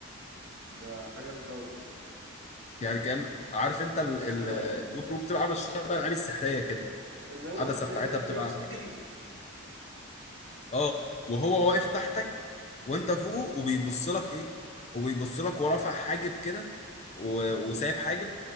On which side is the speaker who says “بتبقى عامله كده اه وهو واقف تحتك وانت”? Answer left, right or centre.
Left